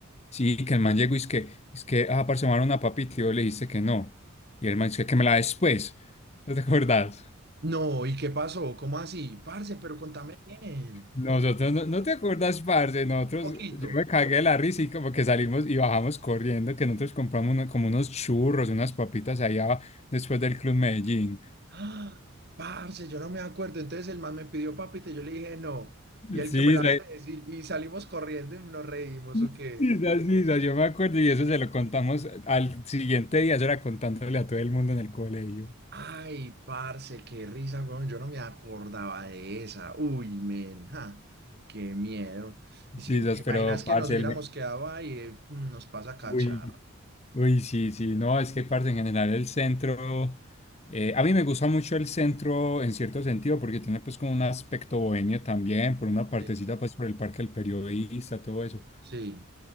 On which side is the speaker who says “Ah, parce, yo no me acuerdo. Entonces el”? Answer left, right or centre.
Right